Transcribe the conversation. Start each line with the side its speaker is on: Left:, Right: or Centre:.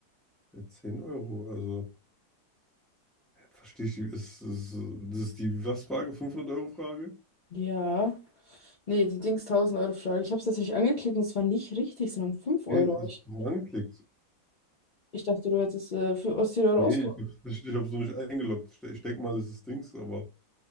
Centre: Ja, 10 Euro, also verstehe ich die, ist, ist, das ist die was-Frage, 500-Euro-Frage?
Left: Ja. Nee, die Dings 1000-Euro-Frage. Ich habe es tatsächlich angeklickt und es war nicht richtig, sondern 5 Euro.
Centre: Nee, ist
Left: Aber Ich,
Centre: wo angeklickt
Left: ich dachte, du hättest äh, für Ostseele Euro
Centre: Nee,
Left: ausgehoben.
Centre: ich habe ich, ich hab's noch nicht eingeloggt. Ich, de- ich denke mal, es ist Dings, aber